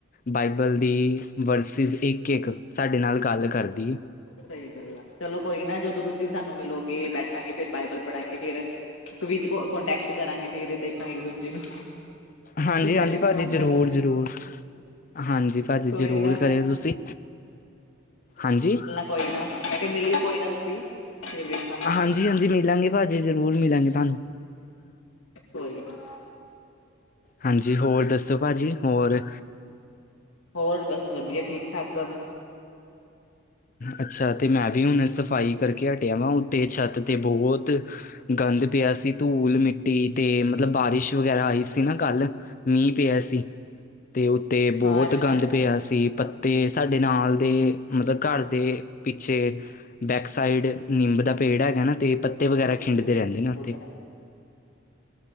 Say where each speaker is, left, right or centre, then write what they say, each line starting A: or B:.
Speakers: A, on the left; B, on the left.
A: ਬਾਈਬਲ ਦੀ ਵਰਸਿਸ, ਇੱਕ-ਇੱਕ ਸਾਡੇ ਨਾਲ ਗੱਲ ਕਰਦੀ ਏ।
B: ਸਹੀ ਗੱਲ ਆ ਚਲੋ ਕੋਈ ਨਾ ਜਦੋਂ ਤੁਸੀਂ ਸਾਨੂੰ ਮਿਲੋਗੇ ਬੈਠਾਂਗੇ ਫੇਰ ਬਾਈਬਲ ਪੜਾਂਗੇ ਫੇਰ। ਕਵਿਜ ਕਾਂਟੈਸਟ ਕਰਾਂਗੇ ਫੇਰ ਦੇਖਾਂਗੇ ਇੱਕ-ਦੂਜੇ ਨੂੰ
A: ਹਾਂਜੀ
B: ਕਿੰਨਾ
A: ਹਾਂਜੀ
B: ਕਿਹਨੂੰ
A: ਭਾਜੀ
B: ਆਂਦਾ
A: ਜ਼ਰੂਰ-ਜ਼ਰੂਰ ਹਾਂਜੀ ਭਾਜੀ
B: ਕੋਈ
A: ਜ਼ਰੂਰ।
B: ਨਾ
A: ਕਰਿਓ ਤੁਸੀਂ, ਹਾਂਜੀ।
B: ਕੋਈ ਨਾ ਮੈਂ ਕਿਹਾ ਮਿਲੀ ਕੋਈ ਨਾ ਤੁਸੀਂ ਫੇਰ ਵੇਖ
A: ਹਾਂਜੀ ਹਾਂਜੀ ਮਿਲਾਂਗੇ ਭਾਜੀ ਜ਼ਰੂਰ ਮਿਲਾਂਗੇ ਤਾਹਨੂੰ।
B: ਕੋਈ ਨ।
A: ਹਾਂਜੀ ਹੋਰ ਦੱਸੋ ਭਾਜੀ ਹੋਰ।
B: ਹੋਰ ਬਸ ਵਦੀਆ ਠੀਕ-ਠਾਕ ਸਭ।
A: ਅੱਛਾ ਤੇ ਮੈਂ ਵੀ ਹੁਨੇ ਸਫ਼ਾਈ ਕਰਕੇ ਹਟਿਆ ਵਾ ਉੱਤੇ ਛੱਤ ਤੇ ਬੋਹਤ ਗੰਦ ਪਿਆ ਸੀ ਧੂਲ ਮਿੱਟੀ ਤੇ ਮਤਲਬ ਬਾਰਿਸ਼ ਵਗੈਰਾ ਆਈ
B: ਅੱਛਾ।
A: ਸੀ ਨਾ ਕੱਲ ਮੀਂਹ ਪਿਆ ਸੀ। ਤੇ ਉੱਤੇ ਬੋਹਤ
B: ਹਾਂ ਇਹ ਤੇ
A: ਗੰਦ
B: ਹੈ
A: ਪਿਆ ਸੀ ਪੱਤੇ ਸਾਡੇ ਨਾਲ ਦੇ ਮਤਲਬ ਘਰ ਦੇ ਪਿੱਛੇ ਬੈਕ ਸਾਈਡ ਨਿੰਬ ਦਾ ਪੇੜ ਹੈਗਾ ਨਾ ਤੇ ਪੱਤੇ
B: ਥੋੜ
A: ਵਗੈਰਾ
B: ਕ ਲੈ
A: ਖਿੰਡਦੇ ਰਹਿੰਦੇ ਨੇ ਉੱਥੇ।
B: ਥੋੜ ਕ ਲੈ